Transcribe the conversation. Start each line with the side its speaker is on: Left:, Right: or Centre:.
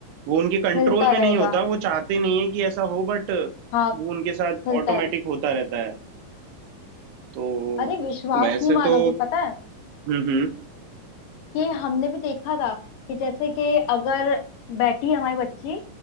Right: वो उनके कंट्रोल
Left: हिलता
Right: में नहीं
Left: रहेगा
Right: होता वो चाहते नहीं है कि ऐसा हो बट वो
Left: हाँ
Right: उनके साथ
Left: खुलता
Right: ऑटोमेटिक
Left: है
Right: होता रहता है तो
Left: अरे विश्वास
Right: वैसे
Left: नहीं मानोगे
Right: तो
Left: पता है
Right: हम्म हम्म
Left: कि हमने भी देखा था कि जैसे कि अगर बैठी है हमारी बच्ची